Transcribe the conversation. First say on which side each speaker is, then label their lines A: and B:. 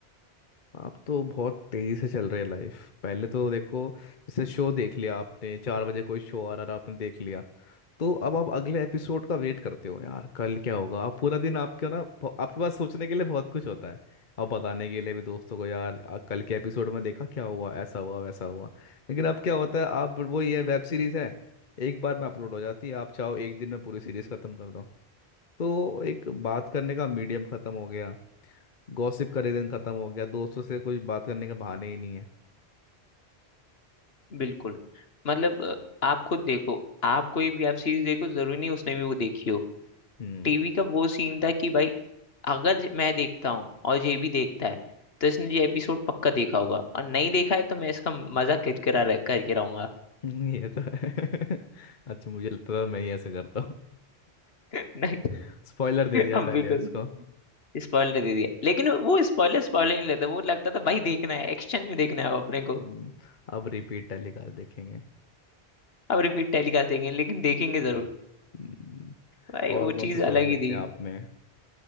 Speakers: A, on the left (about 50°); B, on the left (about 65°).
A: आप तो बहुत तेजी से चल रहे हैं लाइफ पहले तो देखो जैसे शो देख लिया आपने चार बजे कोई शो आ रहा था आपने देख लिया तो अब आप अगले एपिसोड का वेट करते हो यार कल क्या होगा आप पूरा दिन आपके ना आपके पास सोचने के लिए बहुत कुछ होता है और बताने के लिए भी दोस्तों को यार आ, कल के एपिसोड में देखा क्या हुआ ऐसा हुआ वैसा हुआ लेकिन अब क्या होता है आप वो ये वेब सीरीज है एक बार में अपलोड हो जाती है आप चाहो एक दिन में पूरी सीरीज खत्म कर दो तो एक बात करने का मीडियम खत्म हो गया गॉसिप का रीजन खत्म हो गया दोस्तों से कोई बात करने का बहाने ही नहीं है
B: बिल्कुल मतलब अ, आप खुद देखो आप कोई भी आप चीज देखो जरूरी नहीं उसने भी वो देखी हो
A: हम्म
B: टीवी का वो सीन था कि भाई अगर ज- मैं देखता हूँ और ये भी देखता है तो इसने ये एपिसोड पक्का देखा होगा और नहीं देखा है तो मैं इसका मजा किरकिरा रह- करके रहूंगा
A: <laughs> ये तो है <laughs> अच्छा मुझे लगता था मैं ही ऐसे करता हूँ
B: <laughs> नहीं
A: <laughs> स्पॉइलर दे दिया
B: हम
A: पहले
B: बिल्कुल
A: उसको
B: स्पॉइलर दे दिया लेकिन वो स्पॉइलर स्पॉइलर नहीं लगता वो लगता था भाई देखना है एक्शन में देखना है अब अपने
A: हम्म,
B: को
A: अब रिपीट टेलीकास्ट देखेंगे
B: अब रिपीट टेलीकास्ट देंगे लेकिन देखेंगे जरूर
A: हम्म,
B: भाई
A: और
B: वो
A: कौन
B: चीज
A: से शोज
B: अलग
A: देखे
B: ही थी
A: आपने